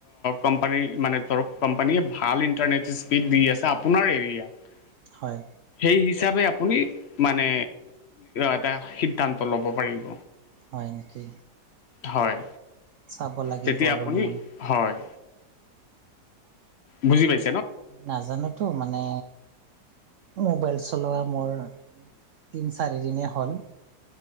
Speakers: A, on the left; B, on the right.
A: কোম্পানী মানে ধৰ কোম্পানীয়ে ভাল ইন্টাৰনেট স্পীড দি আছে আপোনাৰ এৰিয়াত,
B: হয়।
A: এই হিচাবে আপুনি মানে এটা সিদ্ধান্ত ল'ব পাৰিব
B: হয় নেকি?
A: হয়
B: চাব লাগিব
A: তেতিয়া আপুনি
B: ৰ মই
A: হয় বুজি পাইছো।
B: নাজানোতো মানে, মোবাইল চলোৱা মোৰ তিনি চাৰিদিনেই হ'ল,